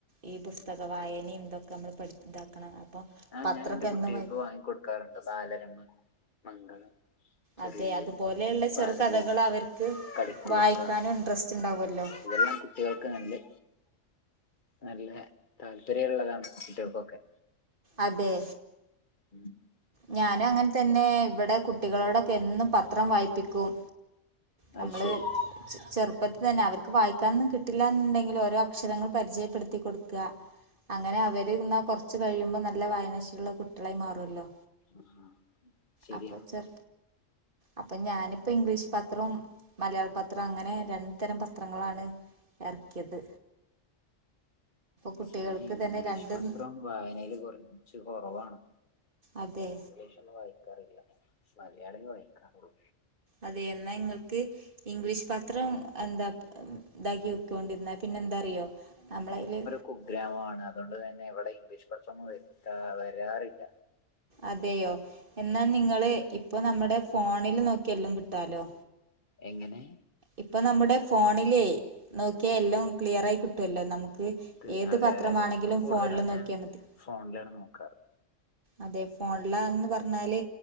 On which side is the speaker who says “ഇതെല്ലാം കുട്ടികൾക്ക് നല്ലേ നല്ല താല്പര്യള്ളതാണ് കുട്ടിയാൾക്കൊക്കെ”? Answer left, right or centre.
Left